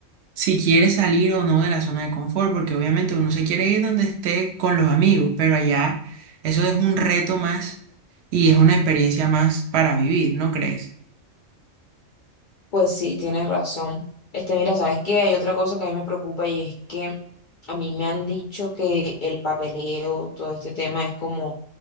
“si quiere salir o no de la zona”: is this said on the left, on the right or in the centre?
Right